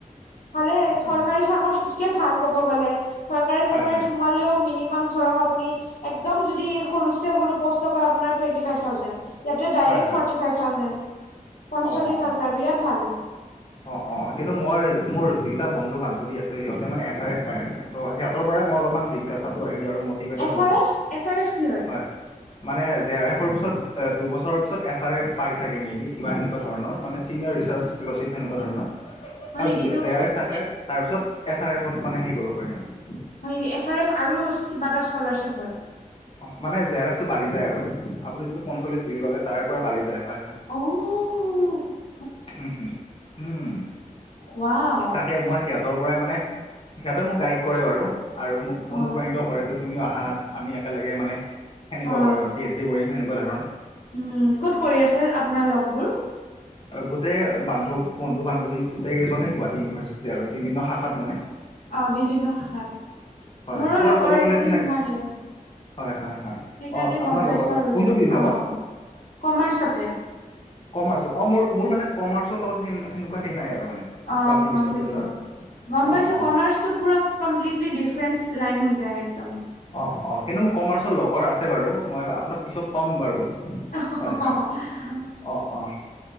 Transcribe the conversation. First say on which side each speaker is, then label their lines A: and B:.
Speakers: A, on the left (about 75°); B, on the left (about 40°).
A: ভালেই
B: আচ্ছা
A: চৰকাৰী। ভাল ক'ব গ'লে, চৰকাৰী
B: হয়
A: চাকৰিত
B: হয়
A: সোমালেও মিনিমাম ধৰক আ আপুনি একদম যদি সৰুতছে সৰু পোষ্টটো পায় আপোনাৰ টুৱেন্টি ফাইভ থাউজেণ্ড। ইয়াতে ডাইৰেক্ট
B: হয় হয়
A: ফৰ্টি ফাইভ থাউজেণ্ড। পঞ্চল্লিশ
B: অ অ,
A: হাজাৰ বিৰাট ভাল।
B: অ অ কিন্তু মই মোৰ যিকেইটা বন্ধু বান্ধৱ যদি ‌আছে সিহঁতে মানে এছ আৰ এফ পাই আছে তো সিহঁতৰ পৰাই মই অলপমান জিজ্ঞাসাটো আহিল আৰু মোৰ প্ৰতি বেট
A: এছ
B: হলো,
A: R F S R F কি
B: হয়। মানে জে আৰ এফৰ পিছত, দুবছৰৰ পিছত এছ আৰ এফ পাই চাগে মে' বি কিবা এনেকুৱা ধৰণৰ মানে চিনিয়ৰ ৰিচাৰ্চ ফেল'শ্বিপ সেনেকুৱা ধৰণৰ
A: হয়
B: ফ
A: নেকি এইটো
B: জে
A: হয়
B: আৰ এফ থাকে তাৰপিছত, এছ আৰ এফত মানে হেৰী কৰিব পাৰি আৰু।
A: হয় নেকি এছ আৰ এফ আৰু কিবা এটা স্কলাৰশ্বিপ হয়।
B: অ মানে জে আৰ এফটো বাঢ়ি যায় আৰু আপুনি যিটো পঞ্চল্লিছ বুলি ক'লে,, তাৰে পৰা বাঢ়ি যায় হয় হয়
A: ঔ
B: উম হম উম।
A: ৱাও
B: তাকে মই সি পৰাই মানে সিহঁতে মোক গাইড কৰে বাৰু আৰু মোক
A: অ
B: অনুপ্ৰাণিত কৰে তুমিও অহা আমি একেলগে মানে সেনেকুৱা
A: অ
B: কৰিম মানে আৰু পি এইচ ডি কৰিম সেনেকুৱা ধৰণৰ
A: উম ক'ত কৰি আছে আপোনাৰ লগবোৰ?
B: গোটেই বান্ধৱ বন্ধু বান্ধৱী গোটেই কেইজনেই গুৱাহাটী ইউনিভাৰ্চিটি আৰু বিভিন্ন শাখাত মানে
A: অ বিভিন্ন শাখাত,
B: হয়
A: মোৰো
B: মোৰ
A: লগৰ
B: ক'ব গ'লে
A: এজনী
B: চিনাকি
A: সোমালে
B: হয় হয় হয়।
A: সেইকাৰণে
B: অ আপোনাৰ
A: গম পাইছো
B: লগৰ
A: আৰু
B: কোনটো
A: যে অ
B: বিভাগত
A: কমাৰ্চতে
B: কমাৰ্চত অ মোৰ মোৰ মানে কমাৰ্চৰ লগত সেনেকুৱা হেই নাই আৰু মানে
A: অঁ
B: গুৱাহাটী
A: গম
B: বিশ্ববিদ্যালয়ৰ
A: পাইছো। গম
B: অ
A: পাইছোঁ,
B: অ
A: কমাৰ্চটো পূৰা কমপ্লিটলি ডিফাৰেন্ঞ্চ লাইন হৈ যায় একদম।
B: অ', অ', কিন্তু মোৰ কমাৰ্চৰ লগৰ আছে বাৰু, মই আপোনাক পিছত ক'ম বাৰু।
A: <unintelligible>
B: হয় হয় অ', অ',